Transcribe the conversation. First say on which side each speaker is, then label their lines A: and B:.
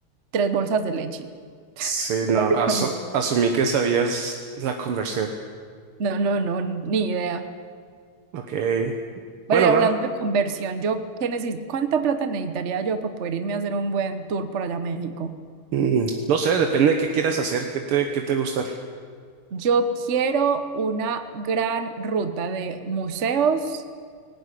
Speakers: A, on the right; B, on the right.
A: tres bolsas de leche,
B: sí,
A: <laughs>
B: no,
A: básicamente.
B: asu- asumí que sabías la conversión.
A: No, no, no, ni idea.
B: Ok,
A: Pero
B: bueno,
A: y hablando
B: va.
A: de conversión, yo qué necesito, ¿cuánta plata necesitaría yo para poder irme a hacer un buen tour por allá a México?
B: Mm, No sé, depende de qué quieras hacer, qué te, qué te gusta.
A: Yo quiero una gran ruta de museos